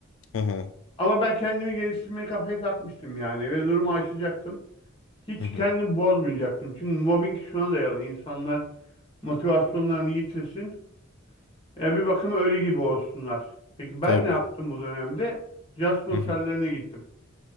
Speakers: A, on the left (about 80°); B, on the left (about 30°).
A: Hı hı.
B: Ama ben kendimi geliştirmeye kafaya takmıştım yani ve durumu aşacaktım. Hiç
A: Hı hı.
B: kendimi bozmayacaktım. Çünkü mobbing şuna dayalı. İnsanlar motivasyonlarını yitirsin. E, bir bakıma ölü gibi olsunlar. Peki ben
A: Tabii.
B: ne yaptım bu dönemde? Caz konserlerine
A: Hı hı.
B: gittim.